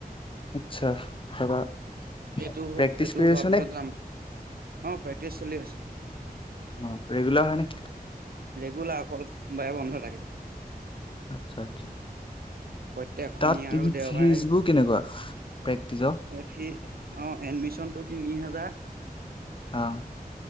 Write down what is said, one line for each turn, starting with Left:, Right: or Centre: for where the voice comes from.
Left: আচ্ছা <unintelligible>
Right: এইটো
Left: প্ৰেক্টিচ
Right: এইটো
Left: কৰি
Right: হোৱাৰ
Left: আছ
Right: পিছত
Left: নে?
Right: যাম অ প্ৰেক্টিছ চলি আছে।
Left: <unintelligible> ৰেগুলাৰ হয় নে?
Right: ৰেগুলাৰ অকল সোমবাৰে বন্ধ থাকে।
Left: আচ্ছা, আচ্ছা।
Right: প্ৰত্যেক শনি
Left: তাত <unintelligible>
Right: আৰু দেওবাৰে
Left: ফিজবোৰ কেনেকুৱা প্ৰেক্টিচৰ?
Right: <unintelligible> ফি অ' এডমিশনটো তিনি হাজাৰ।
Left: <unintelligible>